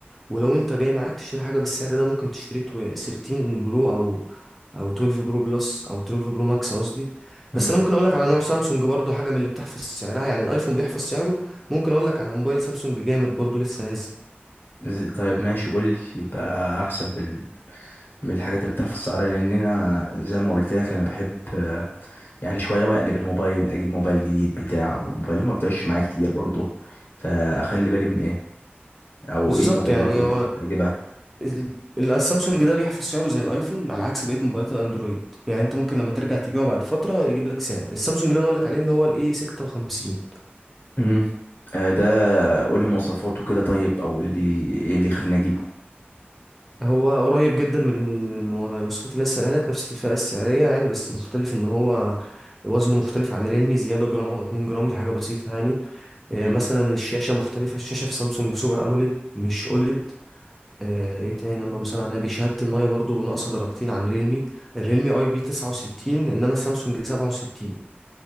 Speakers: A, in the centre; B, on the left.
A: ولو انت جاي معاك تشتري حاجة بالسعر ده ممكن تشتري تو- 13 برو او او 12 برو بلس او 12 برو ماكس قصدي
B: مم.
A: بس انا ممكن اقول لك على نوع سامسونج برضو حاجة من اللي بتحفظ سعرها يعني الايفون بيحفظ سعره ممكن اقول لك على موبايل سامسونج جامد برضو لسه نازل
B: ز- طيب ماشي قول لي يبقى احسن في ال... من الحاجات اللي بتحفظ السعر لان انا زي ما قلت لك انا بحب يعني شوية واقلب الموبايل اجيب موبايل جديد بتاع الموبايلات ما بتعيش معايا كتير برضه فاخلي بالي من ايه او
A: بالظبط
B: ايه الموبايلات
A: يعني
B: اللي
A: هو
B: اجيبها
A: ال- ال- السامسونج ده بيحفظ سعره زي الايفون على عكس بقيه موبايلات الاندرويد يعني انت ممكن لما ترجع تبيعه بعد فتره يجيب لك سعر السامسونج اللي انا اقول لك عليه اللي هو الاي 56
B: امم آه، ده قول لي مواصفاته كده طيب او قول لي ايه اللي يخليني اجيبه
A: هو قريب جدا من المواصفات اللي لسه قالت نفس الفئة السعرية يعني بس مختلف ان هو وزنه مختلف عن ريلمي زيادة جرام او 2 جرام دي حاجة بسيطة يعني آه،
B: امم
A: مثلا الشاشة مختلفة الشاشة في سامسونج سوبر اموليد مش اوليد آه، ايه تاني اللهم صل على النبي شهادة المية برضو ناقصة درجتين عن ريلمي الريلمي اي بي 69 انما السامسونج 67